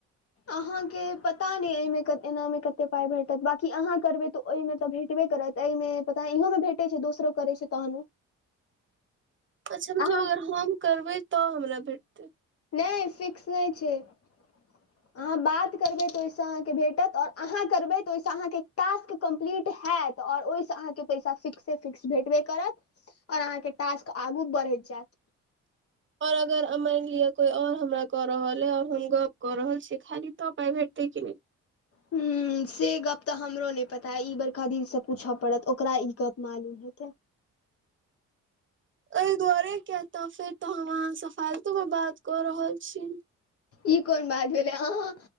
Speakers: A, on the left; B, on the right.
A: अहाँके पता नय एहिमे कत एनामे कते पाइ भेटत बाकी अहाँ करबै तऽ ओहिमे तऽ भेटबे करत एहिमे पता इहोमे भेटै छै दोसरो करै छै तहनो
B: अच्छा मतलब
A: अहाँ
B: अगर हम करबै तऽ हमरा भेटतै
A: नय फिक्स नय छै अहाँ बात करबै तऽ ओहि से अहाँके भेटत आओर अहाँ करबै तऽ ओहिस अहाँके टास्क कम्प्लीट हैत तऽ आओर ओहिसँ अहाँके पैसा फिक्से फिक्स भेटबे करत आओर अहाँके टास्क आगू बढ़ैत जेत
B: आओर अगर मानि लिअ कोइ आओर हमरा कऽ रहल हय आओर हम गप कऽ रहल छियै खाली तऽ पाइ भेटतै की नय
A: हुँ से गप तऽ हमरो नय पता ई बड़का दी से पूछऽ पड़त ओकरा ई गप मालूम हेतै।
B: एहि दुआरे किये तऽ फेर तऽ हम अहाँ स फालतू मे बात कऽ रहल छी।
A: ई कोन बात भेलै अहाँ